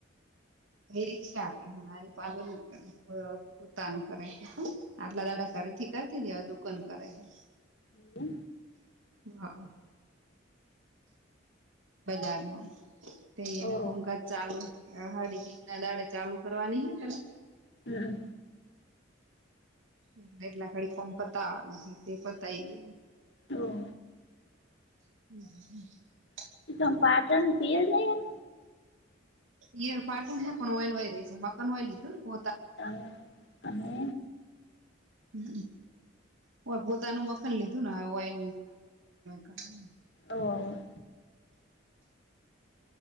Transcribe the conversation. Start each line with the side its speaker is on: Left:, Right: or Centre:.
Right: રિક્ક્ષા કે હેનારી પલરું કરે. પતાનું કરે છે, આટલા દાડાકારથી કરતી દેવાવે દુકાન કરે છે.
Left: હમ.
Right: હા. બજારમાં, તેઈને
Left: હો ઓહ
Right: કોમકાજ ચાલુ. આહાડી બીજ ના દાડે ચાલુ કરવાની હે તને.
Left: હમ.
Right: એટલે એટલા ઘડી કોણ પતાવાનું છે તે પતાય દે.
Left: ઓ.
Right: હમ <unintelligible>
Left: <unintelligible> તોમ પાટણ પીય જ નહી એમ
Right: યાર પાટણ છે પણ ઓયન વાય રહી છે મકાન વાય લીધું ને પો
Left: <unintelligible> અને
Right: હ હોય પોતાનું મખાન લીધું ને હોય <unintelligible>
Left: ઓહ હવ